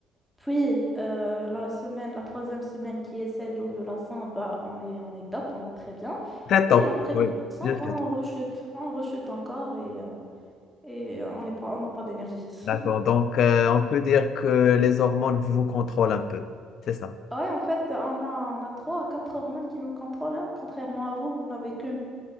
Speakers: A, in the centre; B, on the left.
A: Puis euh, la semaine, la troisième semaine qui est celle d'ovulation, bah, on est, on est top, on est très bien.
B: Très
A: Et
B: tôt.
A: après l'ovulation,
B: Oui, je
A: bah,
B: sais.
A: on rechute, on rechute encore et, euh, et on n'est pas, on n'a pas d'énergie. <laughs>
B: D'accord. Donc, euh, on peut dire que les hormones vous contrôlent un peu. C'est ça.
A: Ouais, en fait, on a, on a trois à quatre hormones qui nous contrôlent, hein. Contrairement à vous, vous n'avez qu'une.